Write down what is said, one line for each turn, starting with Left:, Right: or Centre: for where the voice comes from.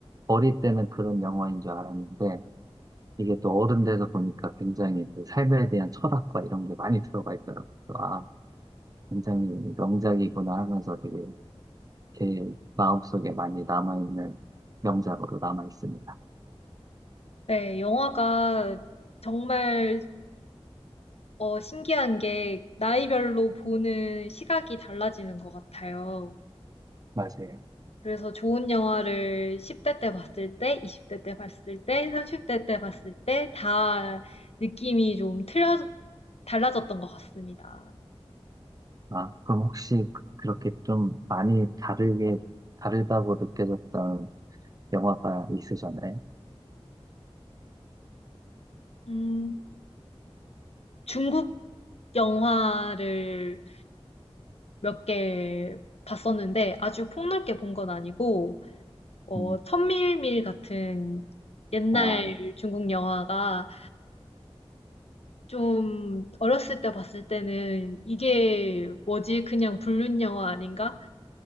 Right: 어릴 때는 그런 영화인 줄 알았는데 이게 또 어른 돼서 보니까 굉장히 그 삶에 대한 철학과 이런 게 많이 들어가 있더라고요. 아, 굉장히 명작이구나 하면서 되게 제 마음속에 많이 남아있는 명작으로 남아있습니다.
Left: 네, 영화가 정말 어, 신기한 게 나이별로 보는 시각이 달라지는 것 같아요.
Right: 맞아요.
Left: 그래서 좋은 영화를 10대 때 봤을 때, 20대 때 봤을 때, 30대 때 봤을 때 다 느낌이 좀 틀려, 달라졌던 것 같습니다.
Right: 아, 그럼 혹시 그렇게 좀 많이 다르게, 다르다고 느껴졌던 영화가 있으셨나요?
Left: 음, 중국 영화를 몇 개 봤었는데 아주 폭넓게 본 건 아니고, 어,
Right: 음,
Left: 천밀밀 같은 옛날
Right: 아,
Left: 중국 영화가 좀 어렸을 때 봤을 때는 이게 뭐지? 그냥 불륜 영화 아닌가?